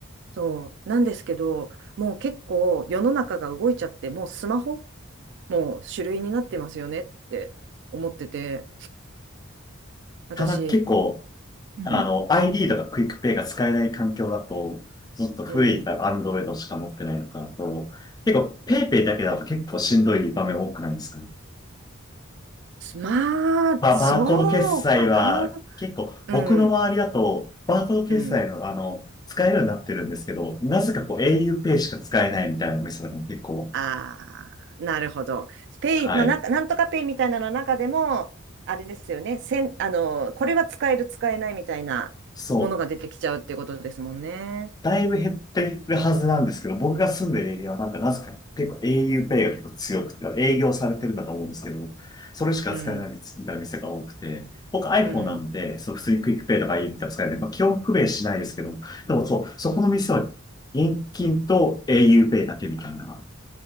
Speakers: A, on the right (about 60°); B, on the left (about 20°).
A: そう、なんですけど、もう結構世の中が動いちゃって、もうスマホもう主類になってますよねって思ってて、私、
B: ただ結構、
A: うんん、
B: あの、ID とかクイックペイが使えない環境だと、ちょっと古い
A: うん、
B: Android しか持ってないのかなと、結構 PayPay だけだと結構しんどい場面多くないですか
A: まあ、
B: まあ、
A: そうかな。
B: バーコード決済は結構僕の周りだと、
A: うん、
B: バーコード決済のあの、
A: うん。
B: 使えるようになってるんですけど、なぜかこう a
A: うん
B: u ペイしか使えないみたいなお店が結構、
A: ああ、なるほど。ペイの中、
B: はい。
A: なんとかペイみたいなのの中でも、あれですよね。せん、あの、これは使える、使えないみたいなものが出てきちゃうってことですもんね。
B: そう。だいぶ減ってるはずなんですけど、僕が住んでるエリアはなんかなぜかね結構 au Pay が結構強くて、営業されてるんだと思うんですけど、それしか使えないみたいな店が多くて、
A: うん、
B: 僕 iPhone
A: うん。
B: なんで、そう普通にクイックペイとか u みたいなの使えない、まあ、基本不便しないですけど、でもそう、そこの店は現金と au Pay だけみたいな、